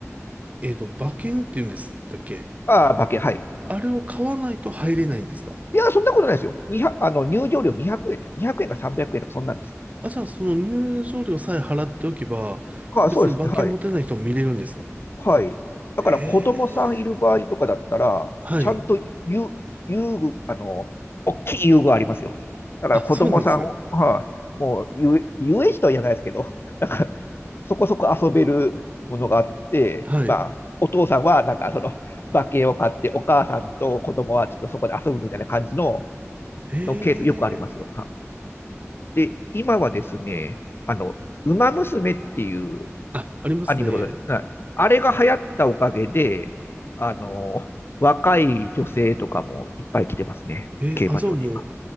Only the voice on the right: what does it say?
えっと、馬券っていうんですだっけ
あれを買わないと入れないんですか
あ、じゃあ、その入場料さえ払っておけば、
別に馬券持てない人も見れるんですか
へえ。はい。
あ、そうなんですね。
はい。
へ
え。
あ、ありますね。
え、
あ、じゃあもう、